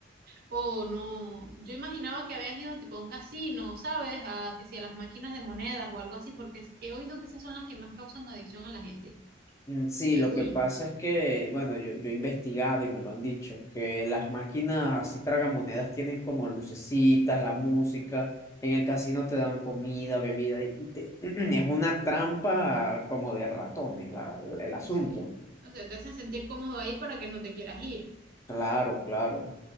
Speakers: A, on the right; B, on the left.
A: Oh, no. Yo imaginaba que habías ido tipo a un casino, ¿sabes? A que si a las máquinas de monedas o algo así, porque he oído que esas son las que más causan adicción a la gente.
B: Mm, Sí,
A: He
B: lo
A: oído.
B: que pasa es que, bueno, yo, yo he investigado y me lo han dicho, que las máquinas así tragamonedas tienen como lucecitas, la música, en el casino te dan comida, bebida, y, y te- <clears throat> es una trampa como de ratones la- la- el asunto.
A: Sí. O sea, te hacen sentir cómodo ahí para que no te quieras ir.
B: Claro, claro.